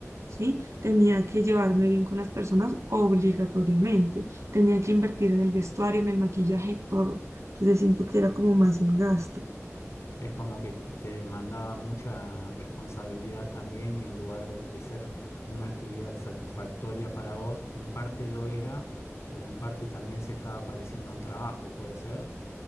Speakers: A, on the right; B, on the left.
A: ¿sí? Tenía que llevarme bien con las personas obligatoriamente, tenía que
B: Ah,
A: invertir en el vestuario, en el maquillaje, todo. Entonces siento que era como más el gasto.
B: Es como que t- te demandaba mucha responsabilidad también y en lugar de, de ser una actividad satisfactoria para vos, en parte lo era, pero en parte también se estaba pareciendo un trabajo, ¿puede ser?